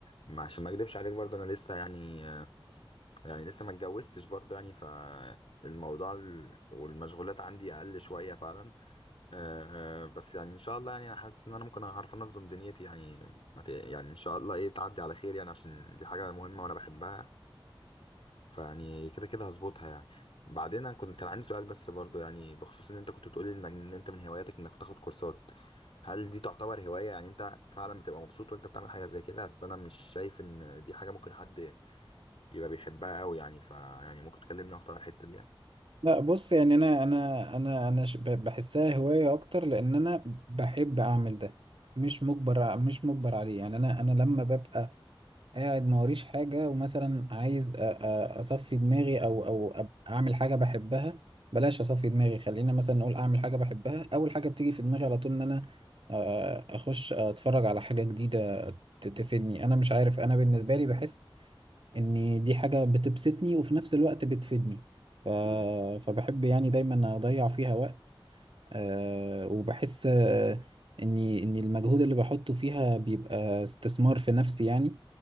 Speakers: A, on the left; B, on the right.
A: ما- عشان ما اكدبش عليك برضه انا لسه يعني يعني لسه ما اتجوزتش برضه يعني فالموضوع ال- والمشغولات عندي اقل شويه فعلا أه آه، بس يعني ان شاء الله يعني انا حاسس ان انا ممكن اعرف انظم دنيتي يعني ما ت- يعني ان شاء الله ايه تعدي على خير يعني عشان دي حاجه مهمه وانا بحبها فيعني كده كده هظبطها يعني بعدين انا كنت كان عندي سؤال بس برضه يعني بخصوص ان انت كنت بتقولي انك ان انت من هواياتك انك بتاخد كورسات هل دي تعتبر هوايه يعني انت فعلا بتبقى مبسوط وانت بتعمل حاجه زي كده اصل انا مش شايف ان دي حاجه ممكن حد يبقى بيحبها قوي يعني فيعني ممكن تكلمني اكتر على الحتة دي يعني
B: لا بص يعني انا انا انا انا ش- ب- بحسها هواية اكتر لان انا بحب اعمل ده مش مجبر ع- مش مجبر عليه يعني انا انا لما ببقى قاعد ما وريش حاجة ومثلا عايز أ- أ- أصفي دماغي أو أو أب- أعمل حاجة بحبها بلاش أصفي دماغي خلينا مثلا نقول أعمل حاجة بحبها أول حاجة بتيجي في دماغي على طول إن أنا آه، أخش أتفرج على حاجة جديدة ت- تفيدني أنا مش عارف أنا بالنسبة لي بحس إن دي حاجة بتبسطني وفي نفس الوقت بتفيدني ف... فبحب يعني دايما أضيع فيها وقت آه، وبحس آه، اني اني المجهود اللي بحطه فيها بيبقى استثمار في نفسي يعني